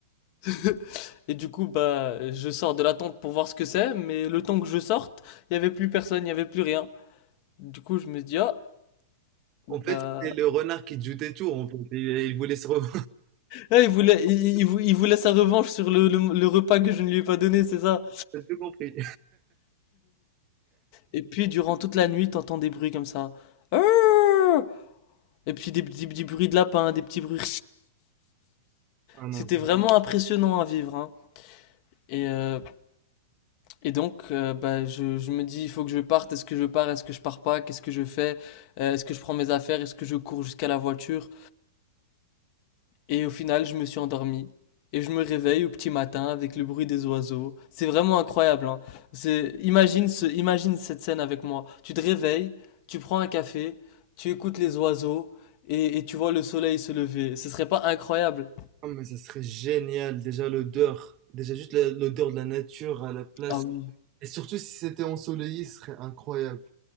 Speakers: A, on the left; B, on the right.
A: <laughs> Et du coup, bah, je sors de la tente pour voir ce que c'est, mais le temps que je sorte, il y avait plus personne, il y avait plus rien. Du coup, je me dis ah.
B: En
A: Bah,
B: fait, c'était le renard qui te jouait tour en fait et il voulait se re <laughs>
A: ah, il voulait, il, il- vou- il voulait sa revanche sur le, le, le repas que je ne lui ai pas donné, c'est ça.
B: J'ai tout compris.
A: Et puis, durant toute la nuit, t'entends des bruits comme ça. Ah Et puis des, des- des bruits de lapin, des petits bruits.
B: Ah non,
A: C'était
B: je
A: vraiment impressionnant à vivre. hein. Et, euh, et donc, euh, bah, je, je me dis, il faut que je parte. Est-ce que je pars Est-ce que je pars pas Qu'est-ce que je fais Euh, Est-ce que je prends mes affaires Est-ce que je cours jusqu'à la voiture Et au final, je me suis endormi. Et je me réveille au petit matin avec le bruit des oiseaux. C'est vraiment incroyable. Hein. C'est, imagine ce, imagine cette scène avec moi. Tu te réveilles, tu prends un café, tu écoutes les oiseaux et, et tu vois le soleil se lever. Ce serait pas incroyable?
B: ah mais ça serait génial, déjà l'odeur, déjà juste la l'odeur de la nature à la place
A: Ah oui.
B: et surtout si c'était ensoleillé, ce serait incroyable